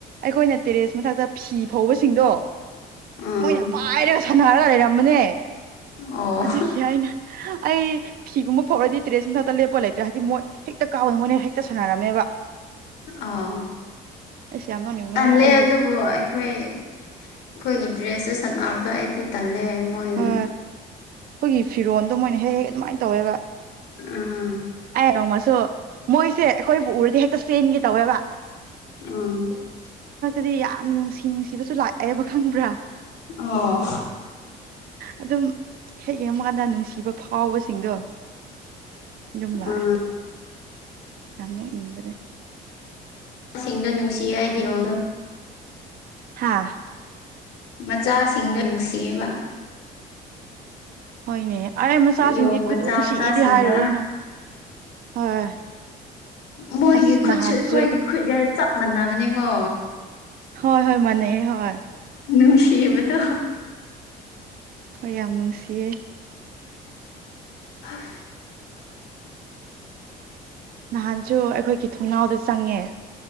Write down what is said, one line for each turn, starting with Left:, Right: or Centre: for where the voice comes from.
Right: ꯑꯩꯈꯣꯏꯅ ꯇꯦꯔꯦꯁ ꯃꯊꯛꯇ ꯐꯤ ꯐꯧꯕꯁꯤꯡꯗꯣ
Left: ꯑꯥ
Right: ꯃꯣꯏꯅ ꯄꯥꯏꯔꯒ ꯁꯥꯟꯅꯔꯒ ꯂꯩꯔꯝꯕꯅꯦ
Left: ꯑꯣ
Right: ꯑꯗꯨꯒꯤ ꯑꯩꯅ ꯑꯩ ꯐꯤꯒꯨꯝꯕ ꯐꯥꯎꯔꯗꯤ ꯇ꯭ꯔꯦꯁ ꯃꯊꯛꯇ ꯂꯦꯞꯄ ꯂꯩꯇ꯭ꯔꯦ ꯍꯥꯏꯗꯤ ꯃꯣꯏ ꯍꯦꯛꯇ ꯀꯥꯕꯅꯤ ꯃꯣꯏꯅ ꯍꯦꯛꯇ ꯁꯥꯟꯅꯔꯝꯃꯦꯕ
Left: ꯑꯥ
Right: ꯑꯩꯁ ꯌꯥꯝ ꯅꯣꯛꯅꯤꯡꯕꯅꯦ
Left: ꯄꯜꯂꯦ
Right: ꯑꯩ ꯍꯧꯖꯤꯛ
Left: ꯑꯗꯨꯕꯨ ꯑꯩꯈꯣꯏ ꯑꯩꯈꯣꯏꯒꯤ ꯗ꯭ꯔꯦꯁ ꯁꯅꯥꯎꯗꯣ ꯑꯩꯗꯤ ꯇꯜꯂꯦ ꯃꯣꯏꯅ
Right: ꯍꯣꯏ ꯑꯩꯈꯣꯏꯒꯤ ꯐꯤꯔꯣꯟꯜꯗꯣ ꯃꯣꯏꯅ ꯍꯦꯛ ꯍꯦꯛ ꯑꯗꯨꯃꯥꯏꯅ ꯇꯧꯋꯦꯕ
Left: ꯎꯝ
Right: ꯑꯩ ꯅꯃ ꯁꯣ ꯃꯣꯏꯁꯦ ꯑꯩꯈꯣꯏꯕꯨ ꯎꯔꯗꯤ ꯍꯦꯛꯇ ꯆꯦꯟꯒꯦ ꯇꯧꯋꯦꯕ
Left: ꯑꯥ
Right: ꯗꯤ ꯌꯥꯝꯅ ꯅꯨꯡꯁꯤ ꯅꯨꯡꯁꯤꯕꯁꯨ ꯂꯥꯛꯑꯦꯕ ꯈꯪꯕ꯭ꯔꯥ
Left: ꯑ
Right: ꯑꯗꯨꯝ ꯍꯦꯛ ꯌꯦꯡꯉꯀꯥꯟꯗ ꯅꯨꯡꯁꯤꯕ ꯐꯥꯎꯕꯁꯤꯡꯗꯣ ꯖꯨꯝꯂꯥ
Left: ꯎꯝ
Right: ꯑꯦ ꯌꯥꯝ ꯅꯣꯛꯅꯤꯡꯕꯅꯦ
Left: ꯑꯁꯤꯡꯗ ꯅꯨꯡꯁꯤ ꯌꯥꯏꯗꯤꯑꯣꯡꯅ
Right: ꯍꯥꯥ
Left: ꯃꯆꯥꯁꯤꯡꯗ ꯅꯨꯡꯁꯤꯌꯦꯕ
Right: ꯍꯣꯏꯅꯦ ꯑꯩ ꯃꯆꯥꯁꯤꯡꯗꯤ
Left: ꯌꯣꯡ ꯃꯆꯥ
Right: ꯈꯨꯅꯨꯡꯁꯤꯗꯤ
Left: ꯃꯆꯥꯁꯤꯡꯗ
Right: ꯍꯥꯏꯔꯨꯔꯅꯨ ꯍꯣꯏ
Left: ꯃꯣꯏꯒꯤ
Right: ꯑꯁ
Left: ꯈꯨꯠꯁꯨ
Right: ꯅꯍꯥꯟꯁꯨ
Left: ꯑꯩꯈꯣꯏꯒꯤ ꯈꯨꯠꯒ ꯆꯞ ꯃꯥꯟꯅꯕꯅꯦꯀꯣ
Right: ꯍꯣꯏ ꯍꯣꯏ ꯃꯅꯦ ꯍꯣꯏ
Left: ꯅꯨꯡꯁꯤꯕꯗꯣ
Right: ꯍꯣꯏ ꯌꯥꯝ ꯅꯨꯡꯁꯤꯌꯦ
Left: ꯍ
Right: ꯅꯍꯥꯟꯁꯨ ꯑꯩꯈꯣꯏꯒꯤ ꯊꯣꯡꯅꯥꯎꯗ ꯆꯪꯉꯦ